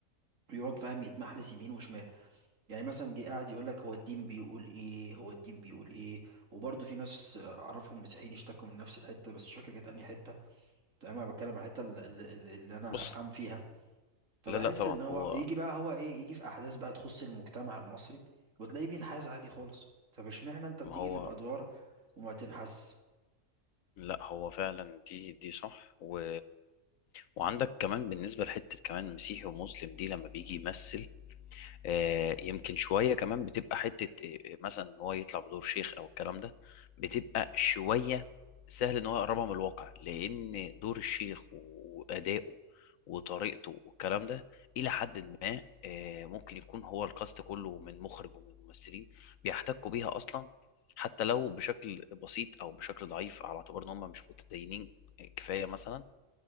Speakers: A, on the right; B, on the left.
A: ويقعد فاهم يتمحلس يمين وشمال يعني مثلا جه قاعد يقول لك هو الدين بيقول ايه هو الدين بيقول ايه وبرضه في ناس اعرفهم مسيحيين اشتكوا من نفس الحته بس مش فاكر كانت انهي حته تمام انا بتكلم عن الحته اللي, اللي اللي انا
B: بص
A: افهم فيها فبحس
B: لا لا طبعا
A: ان هو
B: هو
A: يجي بقى هو ايه يجي في احداث بقى تخص المجتمع المصري وتلاقيه بينحاز عادي خالص طب اشمعنى انت بتيجي
B: ما هو
A: في الادوار وما تنحس
B: لا هو فعلا دي دي صح و... وعندك كمان بالنسبة لحتة كمان مسيحي ومسلم دي لما بيجي يمثل آه، يمكن شوية كمان بتبقى حتة آه، مثلا إن هو يطلع بدور شيخ أو الكلام ده بتبقى شوية سهل إن هو يقربها من الواقع لأن دور الشيخ وأدائه وطريقته والكلام ده إلى حد ما آه، ممكن يكون هو الكاست كله من مخرج ومن ممثلين بيحتكوا بيها أصلا حتى لو بشكل بسيط أو بشكل ضعيف على اعتبار إن هم مش متدينين آه، كفاية مثلا